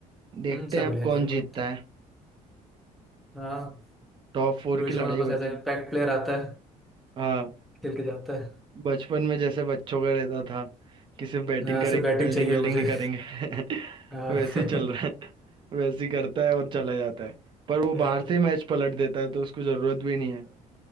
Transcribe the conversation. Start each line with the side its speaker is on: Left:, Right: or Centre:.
Right: देखते
Centre: हम्म सब
Right: हैं अब
Centre: बढ़िया
Right: कौन
Centre: खेल रहे
Right: जीतता
Centre: हैं अब तो
Right: है
Centre: हाँ
Right: टॉप फोर
Centre: रोहित
Right: की लड़ाई
Centre: शर्मा तो बस
Right: बची
Centre: ऐसे इम्पैक्ट प्लेयर आता है
Right: हाँ
Centre: खेल के जाता है
Right: बचपन में जैसे बच्चों का रहता था कि सिर्फ बैटिंग
Centre: यहाँ
Right: करेंगे
Centre: से बैटिंग
Right: फील्डिंग
Centre: चाहिए
Right: विल्डिंग
Centre: मुझे
Right: नहीं करेंगे
Centre: हाँ
Right: <laughs> वैसे
Centre: <laughs>
Right: ही चल रहा है वैसे ही करता है और चला जाता है पर वो
Centre: हाँ,
Right: बाहर से ही मैच पलट देता है तो उसको जरूरत भी नहीं है